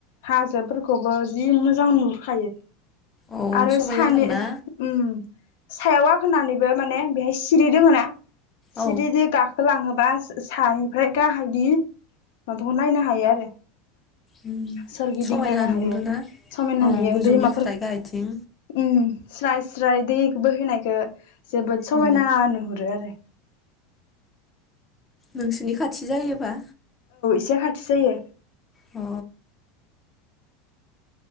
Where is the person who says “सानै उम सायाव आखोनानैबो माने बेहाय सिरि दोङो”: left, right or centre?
Left